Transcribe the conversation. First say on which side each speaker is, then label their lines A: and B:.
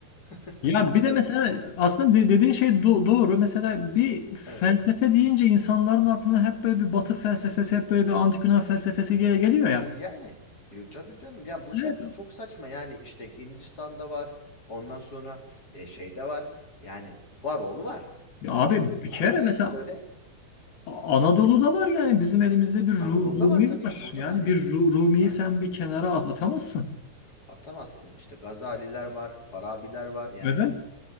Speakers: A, on the left; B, on the left.
A: <laughs>
B: Ya bir de mesela aslında de- dediğin şey do- doğru. Mesela bir felsefe
A: Evet.
B: deyince insanların aklına hep böyle bir batı felsefesi, hep böyle bir antik Yunan felsefesi gel- geliyor ya.
A: İii, yani, eee, tabii canım. Ya, bu saç
B: Evet.
A: çok saçma. Yani, işte, Hindistan'da var, ondan sonra, eee, şeyde var. Yani, var varoğlu var,
B: Ya abi
A: eee, aslında
B: bir kere
A: ama hep
B: mesela
A: böyle
B: A- Anadolu'da var yani bizim elimizde bir Ru-
A: Anadolu'da
B: Rumi
A: var tabii
B: var.
A: ki, burada
B: Yani
A: var yani.
B: bir Ru- Rumi'yi
A: Aynen.
B: sen bir kenara at atamazsın.
A: Atamazsın. işte Gazaliler var, Farabiler var. Yani,
B: Evet.